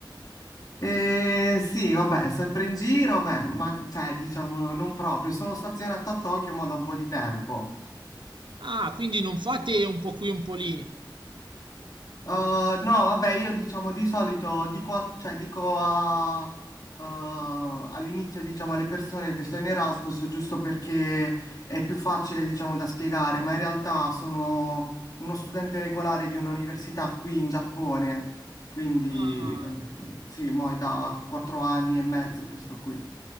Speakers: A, on the left (about 50°); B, on the right (about 80°).
A: Eh, sì, vabbè, sempre in giro, beh, ma cioè, diciamo, non proprio. Sono stazionato a Tokyo ma da un po' di tempo.
B: Ah, quindi non fate un po' qui, un po' lì.
A: Uh, no, vabbè, io diciamo di solito dico, a- cioè, dico a- uh, all'inizio diciamo alle persone che sto in Erasmus giusto perché è più facile diciamo da spiegare, ma in realtà sono uno studente regolare di un'università qui in Giappone, quindi
B: Ah,
A: eh, sì, mo è da quattro anni e mezzo che sto qui.